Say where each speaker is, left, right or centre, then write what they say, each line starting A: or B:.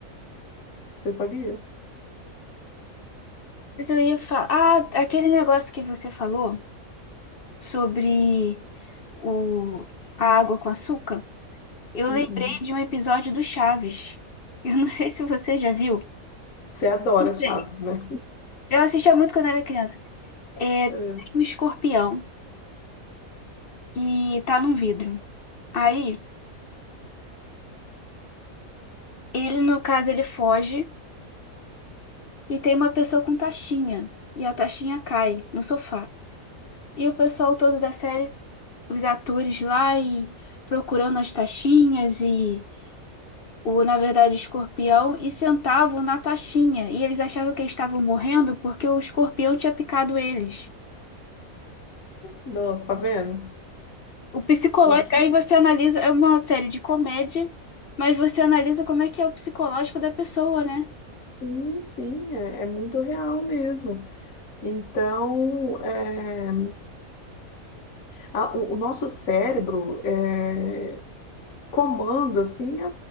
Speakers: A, on the left; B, on the left.
A: Você sabia?
B: Mas eu ia falar. Ah, aquele negócio que você falou sobre o... a água com açúcar. Eu
A: Uhum.
B: lembrei de um episódio do Chaves. <laughs> Eu não sei se você já viu.
A: Você adora
B: Que
A: Chaves,
B: tem-
A: né?
B: Eu assistia muito quando era criança. É,
A: É.
B: tem um escorpião que tá num vidro. Aí, ele, no caso, ele foge e tem uma pessoa com taxinha. E a taxinha cai no sofá. E o pessoal todo da série, os atores lá e procurando as taxinhas e o, na verdade, escorpião e sentavam na taxinha. E eles achavam que eles estavam morrendo porque o escorpião tinha picado eles.
A: Nossa, tá vendo?
B: O psicológico,
A: O que...
B: aí você analisa, é uma série de comédia, mas você analisa como é que é o psicológico da pessoa, né?
A: Sim, sim, é, é muito real mesmo. Então, é, a- o, o nosso cérebro é, comanda, assim, a,